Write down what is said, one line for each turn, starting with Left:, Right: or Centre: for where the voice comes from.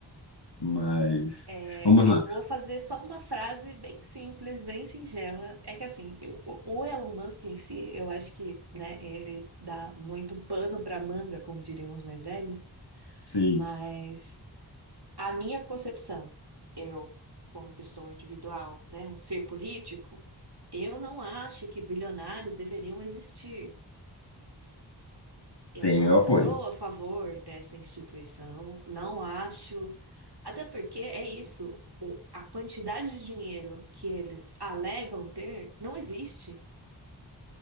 Left: Mas
Right: É,
Left: vamos lá.
Right: eu vou fazer só uma frase bem simples, bem singela. É que assim, eu- o o Elon Musk em si, eu acho que, né, ele dá muito pano pra manga, como diriam os mais velhos,
Left: Sim,
Right: mas. A minha concepção, eu, como pessoa individual, né, um ser político, eu não acho que bilionários deveriam existir. Eu
Left: tem
Right: não
Left: meu
Right: sou
Left: apoio.
Right: a favor dessa instituição, não acho. Até porque é isso, o- a quantidade de dinheiro que eles alegam ter não existe.